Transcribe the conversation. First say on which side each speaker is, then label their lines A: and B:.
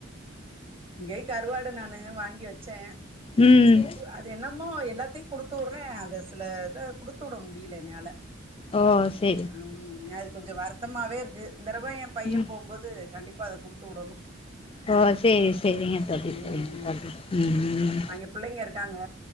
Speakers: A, on the right; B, on the left.
A: இங்கயு கருவாடு நானு வாங்கி வச்சே
B: ம்
A: அது என்னமோ எல்லாத்தையு குடுத்து உடுற அது சில இத குடுத்து விட முடியல என்னால
B: ஓ சேர்
A: உம் அது கொஞ்சோ வருத்தமாவே இருக்கு இந்த தடவ என் பையன்
B: ம்
A: போம்போது கண்டிப்பா அத குடுத்து உடனும்
B: ஓ சேரி செரிங்க தோழி
A: ம்
B: செரிங்க தோழி உம்
A: அங்க பிள்ளைங்க இருக்காங்க